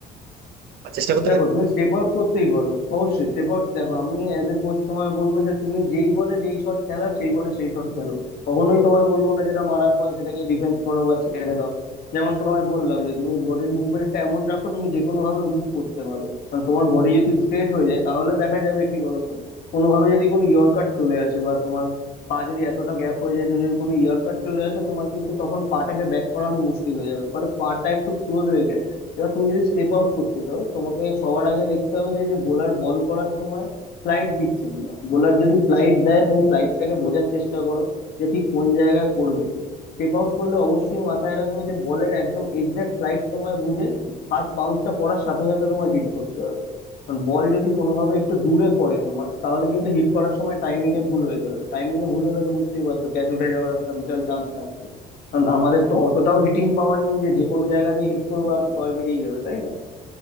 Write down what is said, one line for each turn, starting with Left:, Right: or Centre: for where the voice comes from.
Right: বা চেষ্টা করতে
Left: দেখো
Right: পারি
Left: তুমি স্টেপ আউট করতেই পারো অবশ্যই স্টেপ আউট দেখো আমি অ্যাজ এ কোচ তোমায় বলবো যে তুমি যেই বলে যেই শট খেলা সেই বলে সেই শট খেলো কখনোই তোমায় বলবো না যেটা মারার বল সেটাকে ডিফেন্স করো বা ছেড়ে দাও যেমন তোমায় বললাম যে তুমি বডির মুভমেন্টটা এমন রাখো তুমি যে কোনো ভাবে মুভ করতে পারো কারণ তোমার বডি যদি স্ট্রেট হয়ে যায় তাহলে দেখা যাবে কি বলো তো কোনোভাবে যদি কোনো ইয়র্কার চলে আসে বা তোমার পা যদি এতটা গ্যাপ হয়ে যায় যে যদি কোনো ইয়ার কাট চলে আসে তোমার কিন্তু তখন পাটাকে ব্যাক করানো মুশকিল হয়ে যাবে ফলে পাটা একটু ক্লোজ রেখে এবার তুমি যদি স্টেপ আউট করতে চাও তোমাকে সবার আগে দেখতে হবে যে যে বোলার বল করার সময় ফ্লাইট দিচ্ছে কিনা বোলার যদি ফ্লাইট দেয় তুমি ফ্লাইটটাকে বোঝার চেষ্টা করো যে ঠিক কোন জায়গায় করবে স্টেপ আউট করলে অবশ্যই মাথায় রাখবে যে বলের একদম এক্সাক্ট ফ্লাইট তোমায় বুঝে ফার্স্ট বাউন্সটা পড়ার সাথে সাথে তোমায় হিট করতে হবে কারণ বল যদি কোনোভাবে একটু দূরে পড়ে তোমার তাহলে কিন্তু হিট করার সময় টাইমিং এ ভুল হয়ে যাবে টাইমিং এ ভুল হলে তো বুঝতেই পারছো ক্যাচ উঠে যাওয়ার একটা বিশাল চান্স থাকে কারণ আমাদের তো অতটাও হিটিং পাওয়ার নেই যে যে কোনো জায়গা দিয়ে হিট করবো আর ছয় বেরিয়ে যাবে তাই না